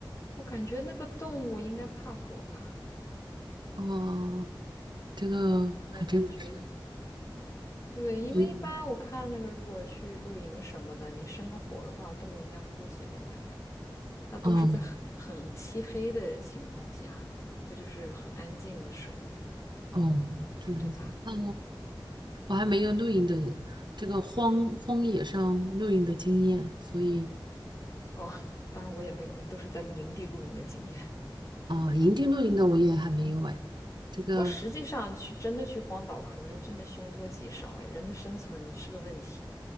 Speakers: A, on the left; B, on the right.
A: 我感觉那个动物应该怕火吧？
B: 哦，这个还真不知道。
A: 我感觉对，因为一般我看那个，
B: 所以，
A: 如果去露营什么的，你生个火的话，动物应该不会随便来吧？它都是在很很漆黑的情况下，
B: 哦
A: 这就是很安静的时候，
B: 哦，这样子，
A: 对吧？
B: 那我还没有露营的这个荒荒野上露营的经验，所以
A: 哦，当然我也没有，都是在营地露营的经验。
B: 啊，呃营地露营的我也还没有哎。这个
A: <laughs> 不过实际上去真的去荒岛，可能真的凶多吉少哎，人的生存是个问题，